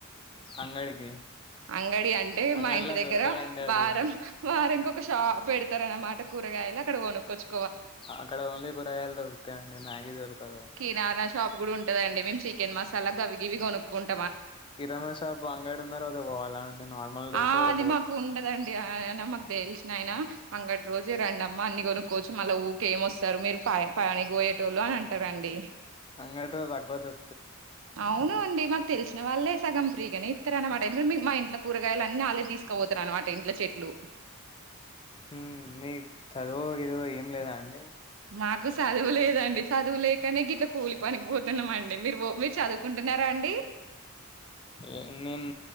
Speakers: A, on the left; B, on the right.
A: అంగడికి
B: అంగడి అంటే
A: అంగడిలో
B: మా ఇంటి దగ్గర
A: దొరకదండి అది
B: వారం వారంకి ఒక సారి పెడతారనమాట కూరగాయలు అక్కడ కొనుక్కోవచ్చు
A: అక్కడ ఓన్లీ కూరగాయలు దొరుకుతాయి అండి మ్యాగీ దొరకదు
B: కిరాణా షాప్ కూడా ఉంటుదండి మేము చికెన్ మసాలా గవి గీవి కొనుక్కుంటా మండి
A: కిరాణా షాప్ అంగడి ఉన్న రోజే పోవాలా నార్మల్ డేస్
B: ఆ
A: పోవచ్చా
B: అది మాకు ఉండదండి ఆయన మాకు తెలిసిన ఆయన అంగటి రోజు రండమ్మ అన్ని కొనుక్కోవచ్చు మళ్ళ ఊకె ఏమొస్తారు మీరు పని పోయేటోళు అని అంటారు అండి
A: అంగడి రోజు అగో దొరుకుతాయా
B: అవును అండి మాకు తెలిసిన వాళ్ళే సగం ఫ్రీగా ఇస్తారు అనమాట మా ఇంట్లో కూరగాయలు అన్నీ వాళ్ళే తీసుకుపోతారు అనమాట ఇంట్లో చెట్లు
A: ఉ నీకు చదువు ఓ గీదిగో ఏం లేదా అండి
B: మాకు చదువు లేదండి చదువు లేకనే గిట్లా కూలి పనికిపోతున్నాం అండి మీరు మీరు చదువుకుంటున్నారా అండి
A: ఏ నేను